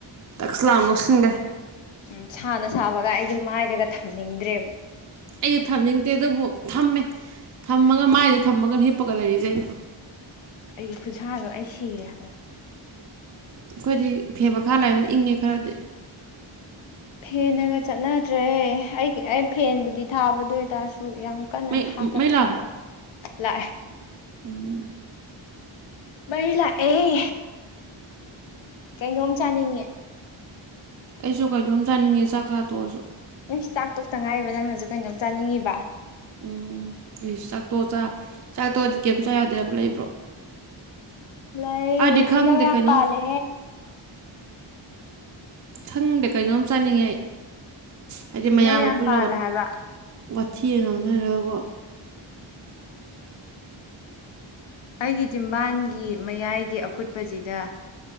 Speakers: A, on the right; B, on the left.
A: ꯇꯛꯁꯂꯥꯡ ꯅꯣꯛꯁꯤꯟꯈꯦ
B: ꯎꯝ ꯁꯥꯅ ꯁꯥꯕꯒ ꯑꯩꯒꯤ ꯃꯥꯏꯗꯒ ꯊꯝꯅꯤꯡꯗ꯭ꯔꯦꯕ
A: ꯑꯩꯁꯨꯦ ꯊꯝꯅꯤꯡꯗꯦ ꯑꯗꯨꯕꯨ ꯊꯝꯃꯦ ꯊꯝꯃꯒ ꯃꯥꯏꯁꯦ ꯊꯝꯃꯒ ꯍꯤꯞꯄꯒ ꯂꯩꯔꯤꯁꯦ ꯑꯩꯅ
B: ꯑꯩ ꯈꯨꯠꯁꯥꯗꯣ ꯑꯩ ꯁꯤꯔꯦꯕ
A: ꯑꯩꯈꯣꯏꯗꯤ ꯐꯦ ꯃꯈꯥ ꯂꯩꯕꯅꯤ ꯏꯪꯉꯦ ꯈꯔꯗꯤ
B: ꯐꯦꯟꯒ ꯆꯠꯅꯗ꯭ꯔꯦ ꯑꯩ ꯑꯩ ꯐꯦꯟꯕꯨꯗꯤ ꯊꯥꯕꯗ ꯑꯣꯏꯇꯥꯔꯁꯨ ꯁꯨ ꯌꯥꯝ ꯀꯟꯅ
A: ꯃꯩ
B: ꯊꯥꯗꯕ
A: ꯃꯩ ꯂꯥꯛꯑꯕꯣ
B: ꯂꯥꯛꯑꯦ
A: ꯎꯝ
B: ꯃꯔꯔꯂ ꯑꯦ ꯀꯩꯅꯣꯝ ꯆꯥꯅꯤꯡꯉꯦ
A: ꯑꯩꯁꯨ ꯀꯩꯅꯣꯝ ꯆꯥꯅꯤꯡꯉꯦ ꯆꯥꯛ ꯆꯥꯇꯣꯛꯑꯁꯨ
B: ꯅꯪ ꯆꯥꯛ ꯇꯣꯛꯇ ꯉꯥꯏꯕ ꯅꯪꯅꯁꯨ ꯀꯩꯅꯣꯝ ꯆꯥꯅꯤꯡꯉꯤꯕ
A: ꯎꯝ ꯏꯁ ꯆꯥꯛꯇꯣ ꯆꯥꯛ ꯇꯣꯗꯤ ꯀꯩꯝ ꯆ ꯌꯥꯗꯦ ꯍꯥꯏꯕ ꯂꯩꯕ꯭ꯔꯣ
B: ꯂꯩ
A: ꯍꯥꯏꯗꯤ
B: ꯍꯩꯅꯧ
A: ꯈꯪꯗꯦ
B: ꯌꯥꯝ
A: ꯀꯩꯅꯣꯝ
B: ꯄꯥꯜꯂꯦ
A: ꯈꯪꯗꯦ ꯀꯩꯅꯣꯝ ꯆꯥꯅꯤꯡꯉꯦ ꯑꯩ ꯍꯥꯏꯗꯤ
B: ꯍꯩꯅꯧ
A: ꯃꯌꯥꯝꯒ
B: ꯌꯥꯝ
A: ꯄꯨꯜꯂ
B: ꯄꯥꯜꯂꯦ ꯍꯥꯏꯕ
A: ꯋꯥꯊꯦꯡꯉ ꯈꯅꯔꯕ
B: ꯑꯩꯒꯤ ꯇꯖꯤꯝꯕꯥꯟꯒꯤ ꯃꯌꯥꯏꯒꯤ ꯑꯀꯨꯠꯄꯁꯤꯗ